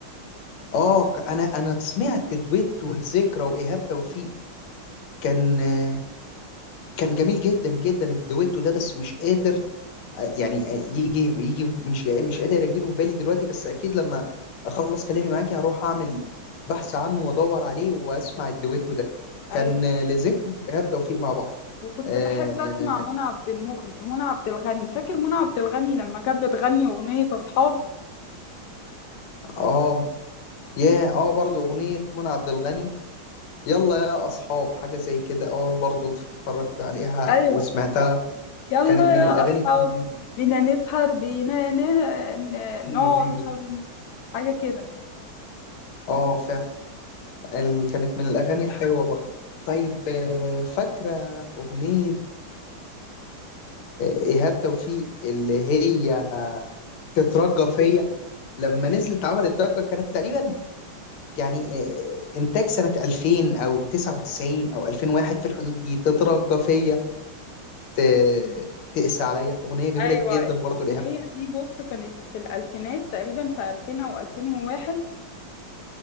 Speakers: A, on the left (about 85°); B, on the left (about 65°).
A: آه ك- أنا أنا سمعت دويتو الذكرى وإيهاب توفيق كان آه، كان جميل جدا جدا الدويتو ده بس مش قادر يعني يجي يجي مش مش قادر اجيبه في بالي دلوقتي بس اكيد لما اخلص كلامي معاكي هروح اعمل بحث عنه وادور عليه واسمع الدويتو ده
B: ايوه
A: كان لذكر ايهاب توفيق مع بعض
B: وكنت
A: اه
B: بحب اسمع منى عبد المغني منى عبد الغني فاكر منى عبد الغني لما كانت بتغني اغنية اصحاب
A: آه، يا اه برضو اغنيه منى عبد الغني يلا يا اصحاب حاجه زي كده اه برضو اتفرجت عليها
B: ايوه
A: وسمعتها
B: يلا
A: كانت من
B: يا
A: الاغاني
B: أصحاب
A: الجميلة جدا.
B: بينا نسهر بينا نه- ن-
A: ايوه
B: نقعد
A: ايوه
B: مش عارف حاجة كده
A: اه فعلا ال- كانت من الاغاني الحلوه برضو طيب آه، فاكره اغنيه ايهاب توفيق اللي هي تترجى فيا لما نزلت عملت ضجه كانت تقريبا يعني آه، انتاج سنه 2000 او 99 او 2001 في الحدود دي تترجى فيا ت- تقسى عليا اغنيه جميله
B: أيوة
A: جدا
B: الأغنية
A: برضو لايهاب
B: دي بص كانت في الألفينات تقريبا في 2000 أو 2001